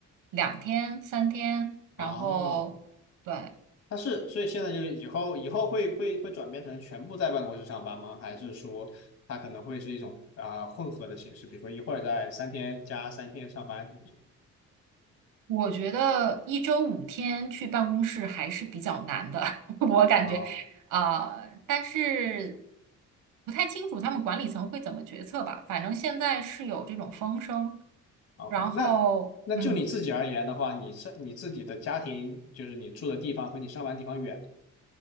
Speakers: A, on the right (about 85°); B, on the left (about 55°).
A: 两天、三天，
B: 哦，
A: 然后对。
B: 它是，所以现在就以后以后会会会转变成全部在办公室上班吗？还是说它可能会是一种啊、呃混合的形式，比如说一会儿在三天加三天上班什么什
A: 我觉得一周五天去办公室还是比较难的，<laughs> 我感觉，
B: 啊
A: 啊、但是不太清楚他们管理层会怎么决策吧。反正现在是有这种风声，
B: ？OK，
A: 然后，
B: 那那就你自己而言的话，
A: 嗯。
B: 你是你自己的家庭，就是你住的地方和你上班地方远